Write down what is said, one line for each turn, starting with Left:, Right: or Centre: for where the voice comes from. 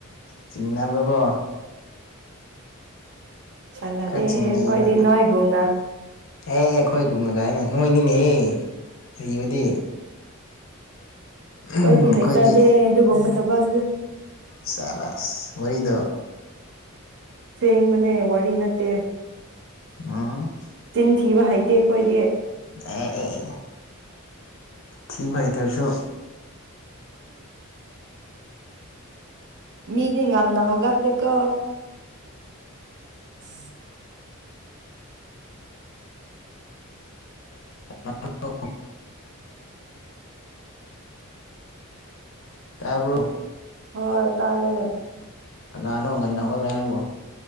Left: ꯆꯤꯅꯕꯀꯣ
Right: ꯁꯥꯟꯅꯗꯦ
Left: ꯈꯔ ꯆꯤꯡꯅꯩꯕ
Right: ꯍꯣꯏꯗꯤ ꯅꯣꯏꯒꯨꯝꯅ
Left: ꯑꯦ ꯑꯩꯈꯣꯏ ꯒꯨꯝꯅ ꯒꯥꯏꯅ ꯅꯣꯏꯅꯤꯅꯦꯍ ꯍꯩꯕꯗꯤ ꯑꯩꯈꯣꯏꯗꯤ
Right: ꯈꯣꯏꯗꯤ ꯍꯩꯖꯗꯦ ꯑꯗꯨꯒꯝꯕ ꯊꯕꯛꯁꯦ
Left: ꯁꯕꯥꯁ ꯋꯥꯔꯤꯗꯣ
Right: ꯁꯦꯡꯕꯅꯦ ꯋꯥꯔꯤ ꯅꯠꯇꯦ
Left: ꯑꯝ
Right: ꯆꯤꯟ ꯊꯤꯕ ꯍꯩꯇꯦ ꯑꯩꯈꯣꯏꯗꯤ
Left: ꯑꯦ ꯑꯦ ꯊꯤꯕ ꯍꯩꯇ꯭ꯔꯁꯨ
Right: ꯃꯤꯗꯤ ꯉꯝꯅ ꯍꯧꯒꯠꯂꯤꯀꯣ <inaudible>
Left: <inaudible> ꯇꯥꯕꯔꯣ
Right: ꯍꯣꯏ ꯇꯥꯏꯌꯦ
Left: ꯀꯅꯥꯅꯣ ꯉꯟꯅ ꯍꯧꯒꯠꯂꯦ ꯍꯥꯏꯕꯣ